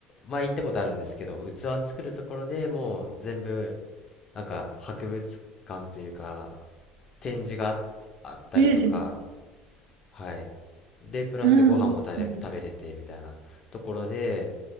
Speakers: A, on the left; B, on the right.
A: 前行ったことあるんですけど、器作るところでもう全部、なんか、博物館というか、展示があ、あったりとか、
B: ミュージアム。
A: はい。で、プラスご飯も食べれ食べれて、
B: うん。うん
A: みたいなところで、